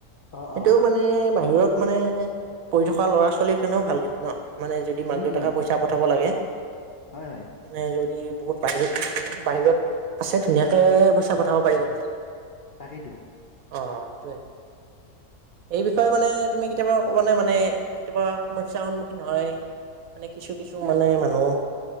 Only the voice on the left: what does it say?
অঁ,
অঁ,
উম,
উম,
হয় হয়।
তাকেইটো।